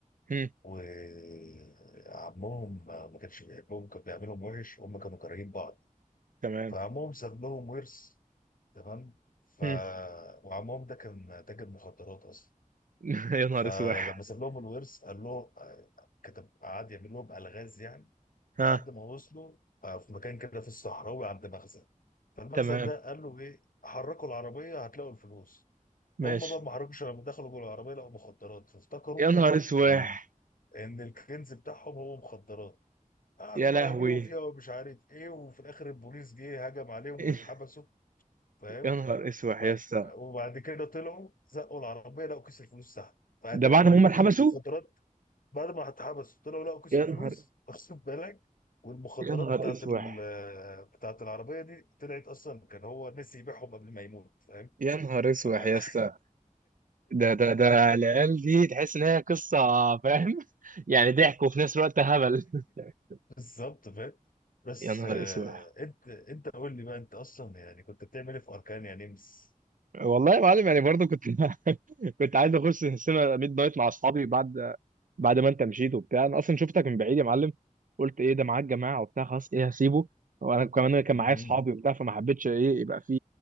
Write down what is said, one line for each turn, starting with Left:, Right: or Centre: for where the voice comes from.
Right: هم.
Left: وعمهم ما كانش بيحبهم كان بيعملهم وحش وهم كانوا كارهين بعض
Right: تمام
Left: فعمهم ساب لهم ورث تمام ف
Right: هم.
Left: وعمهم ده كان تاجر مخدرات اصلا
Right: <laughs> يا نهار
Left: فلما
Right: اسواح
Left: ساب لهم الورث قال له آه، كتب قعد يعمل لهم الغاز يعني
Right: <laughs> ها
Left: لحد ما وصلوا آه، في مكان كده في الصحراوي عند مخزن فالمخزن
Right: تمام
Left: ده قال له ايه حركوا العربيه هتلاقوا الفلوس
Right: ماشي
Left: هم بقى ما حركوش لما دخلوا جوه العربيه لقوا مخدرات فافتكروا
Right: يا نهار اسواح
Left: ان ال- ان الكنز بتاعهم هو مخدرات قعدوا
Right: يا
Left: بقى
Right: لهوي
Left: يبيعوا فيها ومش عارف ايه وفي الاخر البوليس جه هجم عليهم
Right: <laughs>
Left: واتحبسوا فاهم
Right: يا نهار اسواح
Left: وب-
Right: يا اسطى
Left: وبعد كده طلعوا زقوا العربيه لقوا كيس الفلوس تحت فاتاري
Right: ده بعد
Left: المخدرات
Right: ما هم اتحبسوا
Left: بعد ما اتحبس طلعوا لقوا كيس
Right: يا
Left: الفلوس
Right: نهار
Left: <laughs> واخد بالك والمخدرات
Right: يا نهار
Left: بتاعت
Right: اسواح
Left: ال- <laughs> بتاعت العربيه دي طلعت اصلا كان هو نسي يبيعهم قبل ما يموت فاهم
Right: يا نهار اسواح
Left: ف <laughs>
Right: يا اسطى ده ده ده العيال دي تحس ان هي قصه فاهم <laughs> يعني ضحك وفي نفس الوقت هبل <laughs>
Left: بالظبط فاهم بس
Right: يا نهار
Left: آه،
Right: اسود
Left: انت انت قول لي بقى انت اصلا يعني كنت بتعمل ايه في اركان يا نمس
Right: والله يا معلم يعني برضه كنت <laughs> كنت عايز اخش السينما ميد نايت مع اصحابي بعد بعد ما انت مشيت وبتاع انا اصلا شفتك من بعيد يا معلم قلت ايه ده معاك جماعه وبتاع خلاص ايه هسيبه وانا كمان كان
Left: مهم.
Right: معايا اصحابي وبتاع فما حبيتش ايه يبقى في